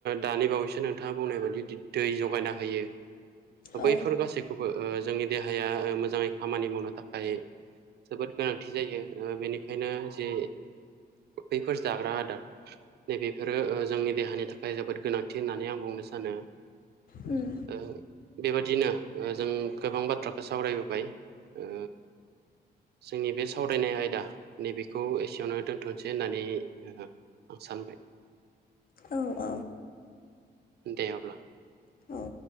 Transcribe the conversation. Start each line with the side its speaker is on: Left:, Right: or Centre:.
Right: दानि बावैसो नोंथांङा बुंनाय बायदि दै जगायना होयो।
Left: औ
Right: बैफोर गासैखौबो जोंनि देहाया मोजाङै खामानि मावनो थाखाय। जोबोद गोनांथि जायो बेनिखायनो जे। बैफोर जाग्रा आदार। नैबेफोरो जोंनि देहानि थाखाय जोबोद गोनांथि होननानै आं बुंनो सानो।
Left: उम
Right: ओ बेबादिनो जों गोबां बाथ्राखौ सावरायबोबाय ओ जोंनि बे सावरायनाय आयदा नैबेखौ एसियावनो दोन्थ'सै होननानै। आं सानबाय।
Left: औ औ
Right: दे अब्ला
Left: औ